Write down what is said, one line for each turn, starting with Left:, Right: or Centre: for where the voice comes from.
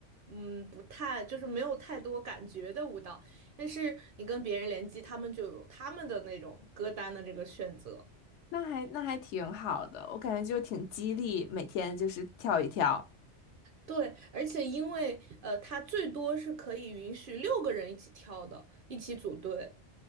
Right: 嗯，不太就是没有太多感觉的舞蹈。但是你跟别人联机，他们就有他们的那种歌单的这个选择。
Left: 那还那还挺好的，我感觉就挺激励，每天就是跳一跳。
Right: 对，而且因为呃，它最多是可以允许六个人一起跳的，一起组队。